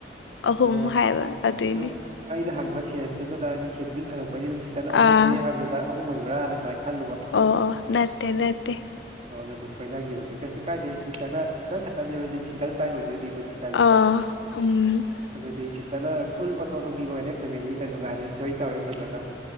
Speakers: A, on the left (about 85°); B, on the right (about 35°).
A: ꯑꯍꯨꯝ
B: ꯑꯣ
A: ꯍꯥꯏꯕ ꯑꯗꯨꯏꯅꯤ
B: ꯁꯨꯝ ꯑꯩꯅ ꯍꯪꯕ ꯁꯦꯟꯁꯇꯨꯗꯅ ꯍꯥꯏꯗꯤ ꯁꯦꯕ꯭ꯂꯤꯡ ꯍꯪꯉꯛꯄꯅꯤꯅ ꯁꯤꯁꯇꯔꯅ ꯑꯍꯨꯝꯅꯤ
A: ꯑꯥ
B: ꯍꯥꯏꯕꯗꯨꯗ ꯑꯍꯨꯝ ꯑꯣꯏꯕ꯭ꯔꯥꯅ ꯁꯨꯃꯥꯏꯟ ꯈꯜꯂꯨꯕ
A: ꯑꯣ ꯑꯣ ꯅꯠꯇꯦ
B: ꯑꯗꯨ
A: ꯅꯠꯇꯦ
B: ꯑꯣ ꯑꯗꯨꯗ ꯁꯣꯏꯅꯒꯤꯕꯅꯤ ꯀꯩꯁꯨ ꯀꯥꯏꯗꯦ ꯁꯤꯁꯇꯔꯅ ꯁꯤꯁꯇꯔ ꯈꯛꯇꯅꯦꯕ ꯑꯗꯨꯗꯤ ꯁꯤꯡꯒꯜ ꯆꯥꯏꯜ ꯑꯣꯏꯗꯣꯏꯅꯤꯀꯣ ꯁꯤꯁ
A: ꯑꯥ ꯎꯝ
B: ꯑꯗꯨꯗꯤ ꯁꯤꯁꯇꯔꯅ ꯐꯨꯜ ꯑꯣꯇꯣꯅꯣꯃꯤ ꯑꯣꯏꯔꯦ ꯐꯦꯃꯤꯂꯤꯗ ꯅꯨꯡꯉꯥꯏꯅ ꯑꯦꯟꯖꯣꯏ ꯇꯧꯔꯦ ꯐꯖꯅ